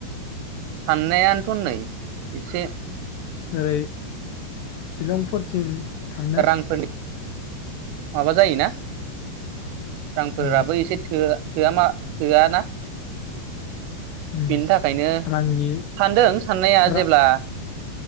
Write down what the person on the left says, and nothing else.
ओरै शिलंफोरथिं थांनो
औ
उम
रांनि
रा